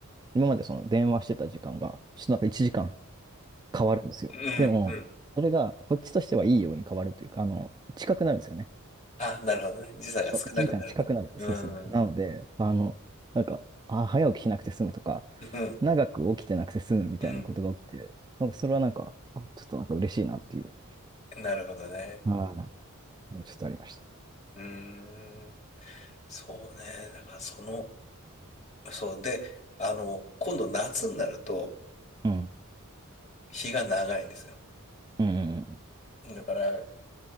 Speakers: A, on the right; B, on the left.
A: 今までその電話してた時間が、ちょっとなんか1時間変わるんですよ。
B: うん。
A: でも、
B: うん
A: それがこっちとしてはいいように変わるというか、あの、近くなるんですよね。
B: あ、なるほどね。時差が少なくなるかも。
A: そ1時間近くなる。
B: うん。
A: そうそうそう。なので、あの、なんか、あ、早起きしなくて済むとか、
B: うん。
A: 長く起きてなくて済むみたいなことが起きて、
B: うん。
A: なんかそれはなんか、あ、ちょっとなんか嬉しいなっていう、
B: なるほどね。
A: はい、ちょっとありました。
B: うーん。そうね。だからその、そう。で、あの、今度夏になると
A: うん。
B: 日が長いんですよ。
A: うんうん
B: だから、い、